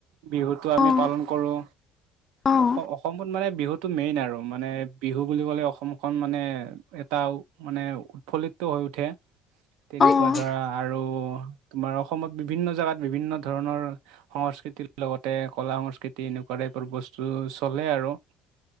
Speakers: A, on the right; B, on the left.
A: বিহুটো আমি
B: অঁ
A: পালন কৰোঁ।
B: অঁ
A: অসম-অসমত মানে বিহুটো মেইন আৰু মানে বিহু বুলি ক'লে অসমখন মানে এটা মানে উৎফুল্লিত হৈ উঠে। তেনেকুৱা
B: মানে
A: ধৰা আৰু তোমাৰ অসমত বিভিন্ন জাগাত বিভিন্ন ধৰণৰ সংস্কৃতিৰ লগতে কলা-সংস্কৃতি এনেকুৱা টাইপৰ বস্তু চলে আৰু।